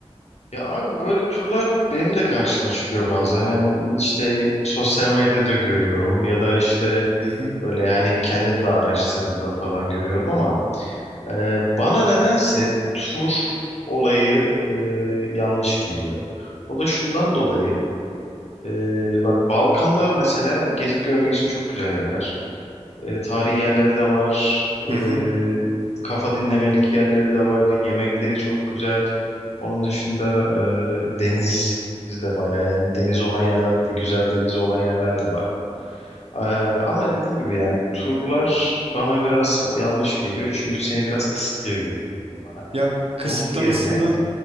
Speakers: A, on the left; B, on the right.
A: Ya abi böyle turlar benim de karşıma çıkıyor bazen. Hem işte sosyal medyada görüyorum ya da işte
B: Hı hı.
A: böyle yani kendim de araştırdığımda falan görüyorum ama e, bana nedense tur olayı e, yanlış geliyor. O da şundan dolayı e, bak Balkanlar mesela gezip görmek için çok güzel yerler. E, tarihi yerleri de var.
B: Hı
A: E,
B: hı.
A: kafa dinlemelik yerleri de var. Yemekleri çok güzel. Onun dışında e, deniz de bayağı yani deniz olan yerlerde de güzel deniz olan yerler de var. E, ama dediğim gibi yani turlar bana biraz yanlış geliyor. Çünkü seni biraz kısıtlıyor gibi geliyor bana.
B: Ya kısıtlamasından
A: Onun yerine